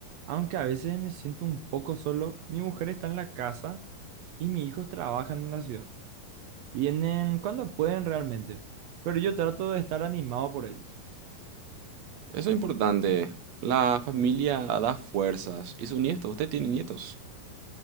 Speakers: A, on the right; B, on the right.
A: Aunque a veces me siento un poco solo, mi mujer está en la casa y mis hijos trabajan en la ciudad. Vienen cuando pueden realmente, pero yo trato de estar animado por ellos.
B: Eso es importante. La familia da fuerzas. Y su nieto, usted tiene nietos. <laughs>